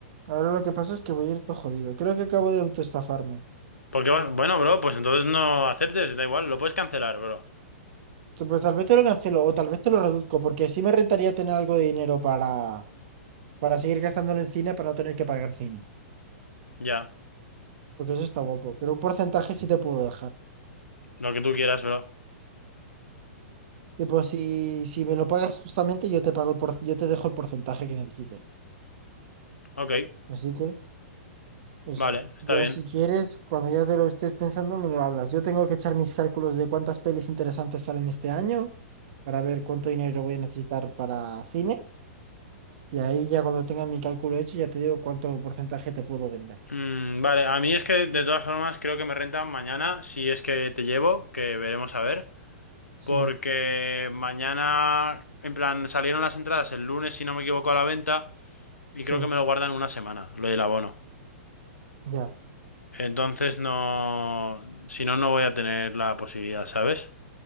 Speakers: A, on the right; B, on the left.
A: Ahora lo que pasa es que voy a ir todo jodido. Creo que acabo de autoestafarme.
B: Porque, va- bueno, bro, pues entonces no aceptes, da igual, lo puedes cancelar, bro.
A: Que, Pues tal vez te lo cancelo o tal vez te lo reduzco, porque sí me rentaría tener algo de dinero para, para seguir gastándolo en cine, para no tener que pagar cine.
B: Ya,
A: Porque eso está guapo. Pero un porcentaje sí te puedo dejar.
B: lo que tú quieras, bro.
A: Tipo, si, si me lo pagas justamente, yo te pago el por- yo te dejo el porcentaje que necesites.
B: Ok,
A: Así que eso,
B: vale, está
A: ya
B: bien.
A: si quieres, cuando ya te lo estés pensando, me lo hablas. Yo tengo que echar mis cálculos de cuántas pelis interesantes salen este año para ver cuánto dinero voy a necesitar para cine. Y ahí ya cuando tenga mi cálculo hecho, ya te digo cuánto porcentaje te puedo vender.
B: Mm, vale, a mí es que de todas formas creo que me renta mañana, si es que te llevo, que veremos a ver,
A: Sí,
B: porque mañana, en plan, salieron las entradas el lunes, si no me equivoco, a la venta, y
A: sí,
B: creo que me lo guardan una semana, lo del abono.
A: ya.
B: Entonces no, si no, no voy a tener la posibilidad, ¿sabes?